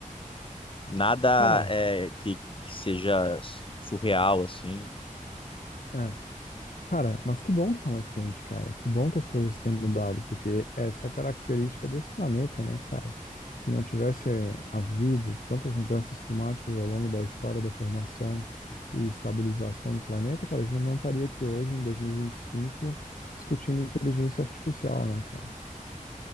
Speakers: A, on the left (about 40°); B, on the left (about 80°).
A: Nada
B: Cara,
A: é que, que seja surreal, assim.
B: é. Cara, mas que bom que tá mais quente, cara. Que bom que as coisas têm mudado, porque essa é a característica desse planeta, né, cara? Se não tivesse havido tantas mudanças climáticas ao longo da história da formação e estabilização do planeta, cara, a gente não estaria aqui hoje, em 2025, discutindo inteligência artificial, né, cara?